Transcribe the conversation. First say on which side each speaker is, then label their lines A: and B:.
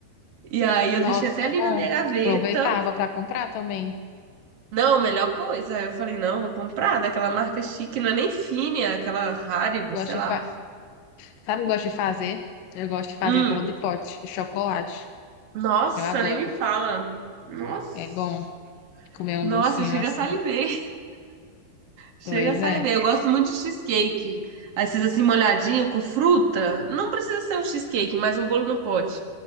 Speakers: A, on the right (about 45°); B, on the left (about 70°).
A: E aí
B: nossa,
A: eu deixei até ali
B: é bom.
A: na minha gaveta.
B: Aproveitava para comprar também.
A: Não, melhor coisa. Aí eu falei, não, vou comprar daquela marca chique, não é nem Fine, é aquela Haribo,
B: Gosto
A: sei lá.
B: de, fa- sabe o que eu gosto de fazer? Eu gosto de fazer
A: Hum,
B: bolo de pote de chocolate.
A: nossa,
B: Eu adoro.
A: nem me fala. Nossa,
B: É bom comer um
A: nossa,
B: docinho
A: chega
B: assim.
A: a salivei. Chega
B: Pois
A: a salivei.
B: é,
A: Eu gosto muito de cheesecake. Aí vocês assim, molhadinho, com fruta. Não precisa ser um cheesecake, mas um bolo no pote.